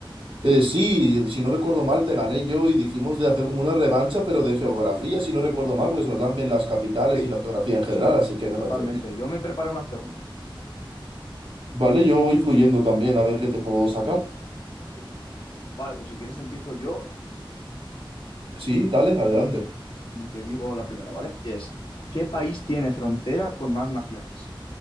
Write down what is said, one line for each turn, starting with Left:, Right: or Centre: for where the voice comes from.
Right: Eh, sí, si no recuerdo mal, te gané yo y dijimos de hacer como una revancha, pero de geografía,
Left: Sí,
Right: si no recuerdo mal, porque se nos dan bien las capitales
Left: Sí,
Right: y la geografía en general,
Left: sí,
Right: así que me
Left: totalmente.
Right: parece bien.
Left: Yo me preparo unas preguntas.
Right: Vale, yo voy fluyendo también a ver qué te puedo sacar.
Left: Ok. Vale, pues si quieres empiezo yo
Right: Sí, dale, adelante.
Left: y, y te digo la primera, ¿vale? Es, ¿qué país tiene frontera con más naciones?